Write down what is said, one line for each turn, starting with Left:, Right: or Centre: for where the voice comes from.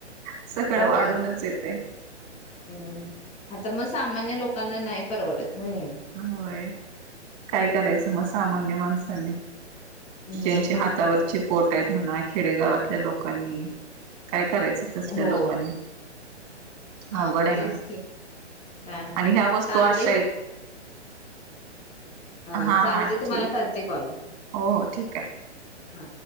Right: सगळं
Left: होय
Right: वाढूनच येत. ते.
Left: हम्म आता मगं सामान्य लोकांना नाही परवडत. ना हे.
Right: होय काय करायचं मगं सामान माणसांनी ज्यांचे
Left: मग तेच
Right: हातावरची
Left: ना
Right: पोट आहेत? म्हणा खेडेगावातल्या लोकांनी काय करायचं तसल्या
Left: हो
Right: लोकांनी
Left: हा
Right: अवघड आहे
Left: तेच
Right: ना
Left: की काय
Right: आणि ह्या वस्तू
Left: चालतय.
Right: अशा आहेत
Left: अ
Right: हा
Left: चालते
Right: हा
Left: तुम्हाला
Right: ठीक
Left: करते कॉल!
Right: हो हो ठीक आहे.
Left: हा.